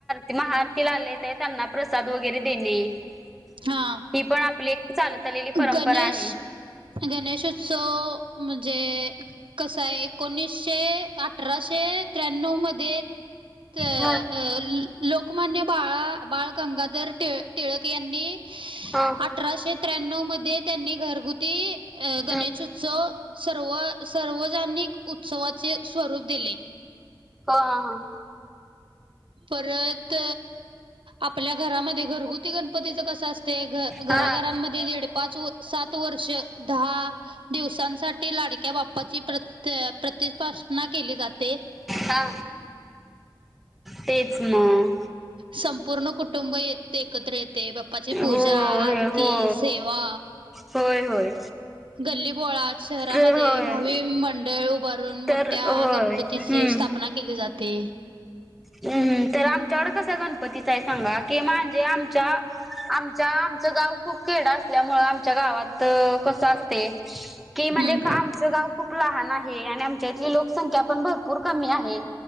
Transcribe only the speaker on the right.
हा
गणेश
गणेशोत्सव म्हणजे कसा आहे एकोणीसशे अठराशे त्र्या्णव मध्ये अ
लोकमान्य बाळा बाळ गंगाधर ट टिळक यांनी
अठराशे त्र्या्णव मध्ये त्यांनी घरगुती गणेशोत्सव
सर्व सार्वजनिक उत्सवाचे स्वरूप दिले
परत आपल्या घरामध्ये घरगुती करण कस असते घराघरांमध्ये
दड पाच सात वर्ष दहा दिवस ांसाठी लाडक्या बाप्पाची प्र प्रतिस्पना केली जाते
संपूर्ण कुटुंब येत ते एकत्र येते बाप्पाची पूजा
आरती
सेवा
गल्ली पोळ शहरामध्ये
भावी मंडळ उभारून
मोठ्या
गणपतीची
स्थापना केली जाते.
हम्म